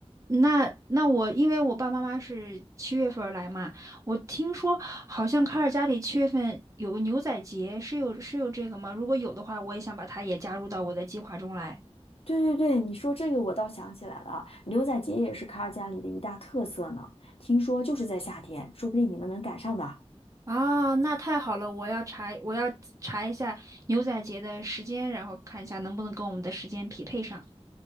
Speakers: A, on the right; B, on the left.
A: 那那我因为我爸妈妈是七月份儿来嘛，我听说好像卡尔加里七月份有个牛仔节，是有是有这个吗？如果有的话，我也想把它也加入到我的计划中来。
B: 对对对，你说这个我倒想起来了，牛仔节也是卡尔加里的一大特色呢。听说就是在夏天，说不定你们能赶上的。
A: 啊，那太好了，我要查，我要查一下牛仔节的时间，然后看一下能不能跟我们的时间匹配上。